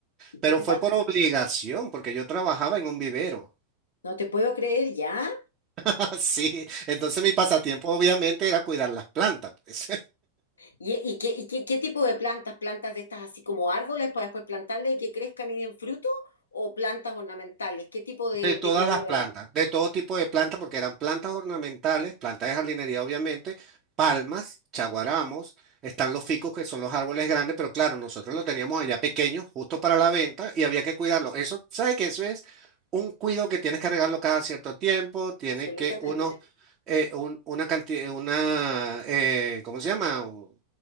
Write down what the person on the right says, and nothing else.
pero
fue
por obligación, porque yo trabajaba en un vivero,
<laughs> así. Entonces mi pasatiempo obviamente era cuidar las plantas, pues.
De todas
las plantas,
de todo tipo de plantas, porque eran plantas ornamentales, plantas de jardinería obviamente, palmas, chaguaramos, están los ficus que son los árboles grandes, pero claro, nosotros lo teníamos allá pequeño, justo para la venta, y había que cuidarlo. Eso, ¿sabe que Eso es un cuido que tienes que regarlo cada cierto tiempo, tiene
que uno, eh, un- una cantidad, una, eh, ¿cómo se llama? Un-